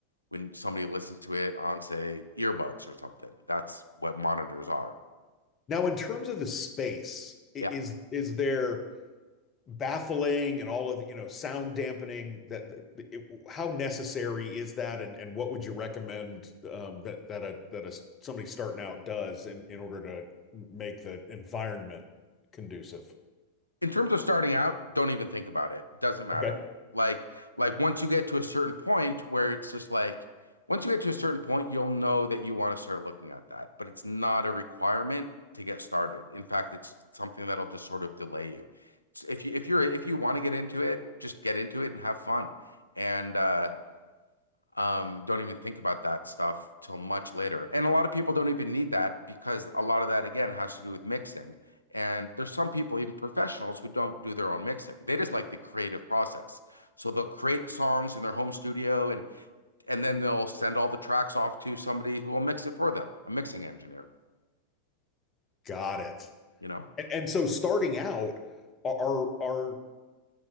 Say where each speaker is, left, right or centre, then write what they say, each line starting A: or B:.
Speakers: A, on the left (about 85°); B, on the left (about 25°).
A: when somebody listens to it on, say, earbuds or something. That's what monitors are.
B: Now in terms of the space, i-
A: Yeah.
B: is is there? baffling and all of the, you know, sound dampening that it, how necessary is that and and what would you recommend um that that a that a somebody starting out does in in order to make the environment conducive?
A: in terms of starting out, don't even think about it. It doesn't matter.
B: Okay.
A: Like like once you get to a certain point where it's just like once you get to a certain point, you'll know that you want to start looking at that, but it's not a requirement to get started. In fact, it's something that'll just sort of delay you. It's- If you if you're if you want to get into it, just get into it and have fun. And uh um, don't even think about that stuff till much later. And a lot of people don't even need that because a lot of that, again, has to do with mixing. And there's some people, even professionals, who don't do their own mixing. They just like the creative process. So they'll create songs in their home studio and and then they'll send all the tracks off to somebody who will mix it for them, a mixing engineer,
B: Got it.
A: you know?
B: And and so starting out are are